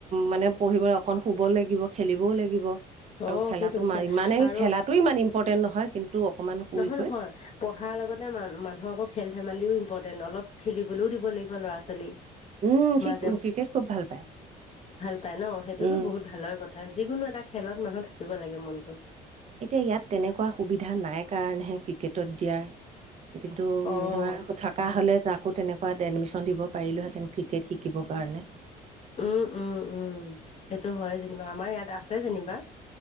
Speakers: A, on the right (about 40°); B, on the left (about 40°).
A: মানে পঢ়িবলৈ অকণ শুব লাগিব, খেলিবও লাগিব।
B: অ'
A: আৰু খেলাটো
B: সেইটো খে
A: ইমানেই
B: আৰু
A: খেলাটো ইমান ইম্পৰ্টেণ্ট নহয়। কিন্তু, অকণমান শুইকৈ
B: নহয়, নহয় পঢ়াৰ লগতে মান মানুহৰ আকৌ খেল ধেমালিও ইম্পৰ্টেণ্ট অলপ খেলিবলৈও দিব লাগিব ল'ৰা ছোৱালীক
A: উম,
B: মাজে
A: সি ক্ৰিকেট খুব ভাল পায়।
B: ভাল পাই ন সেইটোতো
A: উম।
B: বহুত ভালৰ কথা, যিকোনো এটা খেলত মানুহ থাকিব লাগে মনতটো।
A: এতিয়া ইয়াত তেনেকুৱা সুবিধা নাই কাৰণেহে ক্ৰিকেটত দিয়াৰ। কিন্তু
B: অ'
A: ধৰা থকা হ'লে তাক তাকৌ তেনেকুৱাত এডমিশ্যন দিব পাৰিলোঁহেতেন ক্ৰিকেট শিকিবৰ কাৰণে
B: উম, উম, উম সেইটো হয় যেনিবা, আমাৰ ইয়াত আছে যেনিবা।